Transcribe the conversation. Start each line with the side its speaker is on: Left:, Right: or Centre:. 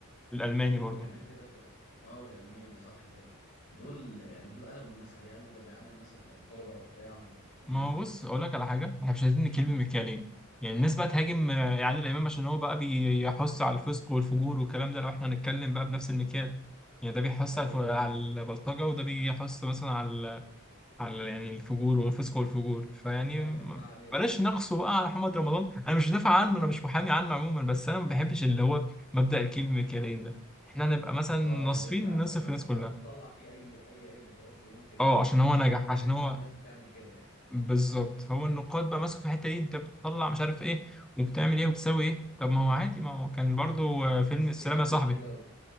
Centre: الالماني
Left: وكان في فيلم
Centre: برضو
Left: كمان كده في ال- اه والالماني صح كده دول يعني دول قلبوا الناس عليه قالوا ده بيعلم الناس البلطجه وبتاع ومش عارف ايه
Centre: ما
Left: و...
Centre: هو بص اقول لك على حاجه احنا مش عايزين نكيل بمكيالين يعني الناس بقى تهاجم آه، عادل امام عشان هو بقى بيحث على الفسق والفجور والكلام ده لو احنا هنتكلم بقى بنفس المكيال يعني ده بيحث
Left: ايوه
Centre: على الف-
Left: فاهم
Centre: على
Left: قصدي
Centre: البلطجه وده بيحث مثلا على على يعني الفجور والفسق والفجور فيعني
Left: <laughs> ايوه
Centre: م-
Left: ما علينا
Centre: بلاش نقصه بقى على محمد رمضان انا مش بدافع عنه انا مش محامي عنه عموما بس انا ما بحبش اللي هو مبدأ الكيل بمكيالين ده احنا نبقى
Left: <laughs>
Centre: مثلا
Left: اه
Centre: ناصفين
Left: اللي انت بح-
Centre: نصف
Left: بتحاول
Centre: الناس كلها
Left: تطلع فيه اي اي عيب وخلاص ويمكن
Centre: اه عشان هو
Left: عشان
Centre: نجح
Left: هو ناجح
Centre: عشان هو
Left: بقى الناس بتعمل كده يعني
Centre: بالظبط فهو النقاد بقى ماسكه في الحته دي انت بتطلع مش عارف ايه وبتعمل ايه وبتسوي ايه طب ما هو عادي ما هو كان برضو آه، فيلم
Left: ناس كتير
Centre: السلام
Left: عملت
Centre: يا صاحبي
Left: كده و...